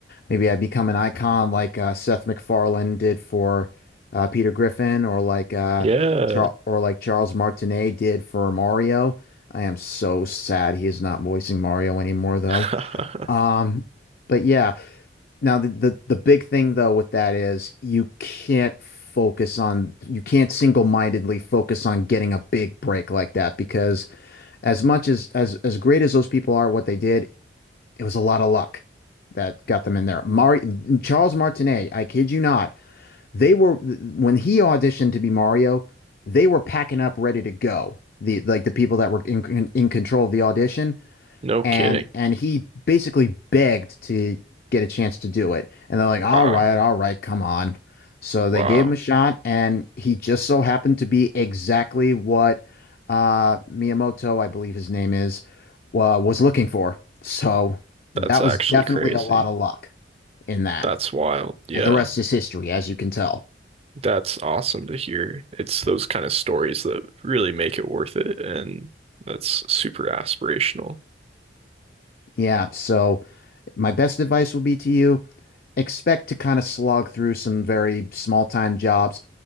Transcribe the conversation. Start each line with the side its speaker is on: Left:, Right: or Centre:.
Left: Maybe I become an icon like uh, Seth MacFarlane did for uh, Peter Griffin, or like uh,
Right: Yeah.
Left: Char or like Charles Martinet did for Mario. I am so sad he is not voicing Mario anymore, though.
Right: <laughs>
Left: Um, but yeah, now the, the the big thing though with that is you can't focus on you can't single-mindedly focus on getting a big break like that because as much as as as great as those people are, what they did, it was a lot of luck that got them in there. Mari Charles Martinet, I kid you not, they were when he auditioned to be Mario, they were packing up ready to go. The like the people that were in in, in control of the audition,
Right: No
Left: and
Right: kidding.
Left: and he basically begged to get a chance to do it. And they're like, "All
Right: Wow.
Left: right, all right, come on." So they
Right: Wow.
Left: gave him a shot, and he just so happened to be exactly what uh, Miyamoto, I believe his name is, wa was looking for. So that
Right: That's
Left: was
Right: actually
Left: definitely
Right: crazy.
Left: a lot of luck in that.
Right: That's wild. Yeah.
Left: And the rest is history, as you can tell.
Right: That's awesome to hear. It's those kind of stories that really make it worth it, and that's super aspirational.
Left: Yeah, so my best advice would be to you. expect to kind of slog through some very small time jobs,